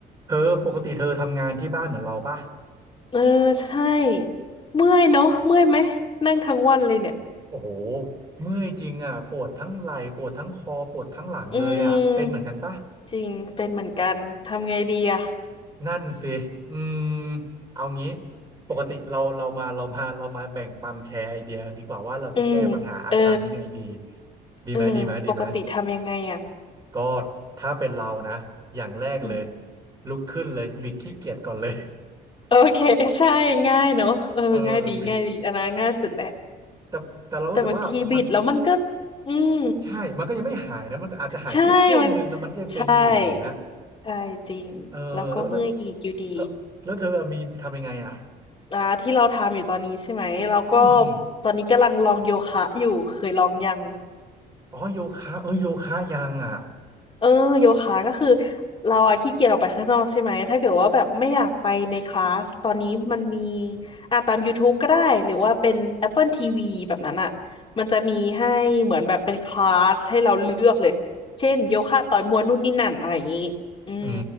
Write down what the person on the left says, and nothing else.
เออใช่เมื่อยเนอะเมื่อยไหมนั่งทั้งวันเลยเนี่ย
อืมจริงเป็นเหมือนกันทำไงดีอ่ะ
อืมเออ
เออปกติทำยังไงอ่ะ
อืม
โอเคใช่ง่ายเนอะเออง่ายดีง่ายดีอันนั้นง่ายสุดแหละ
แต่บางทีบิดแล้วมันก็อืม
ใช่มันใช่ใช่จริงแล้วก็เมื่อยอีกอยู่ดี
อ่าที่เราทำอยู่ตอนนี้ใช่ไหมเราก็
ตอนนี้กำลังลองโยคะอยู่เคยลองยัง
เออโยคะก็คือเราอะขี้เกียจออกไปข้างนอกใช่ไหมถ้าเกิดว่าแบบไม่อยากไปในคลาสตอนนี้มันมีอ่ะตาม YouTube ก็ได้หรือว่าเป็น Apple TV แบบนั้นอะมันจะมีให้เหมือนแบบเป็นคลาสให้เราเลือกเลยเช่นโยคะต่อยมวยนู่นนี่นั่นอะไรอย่างนี้อืม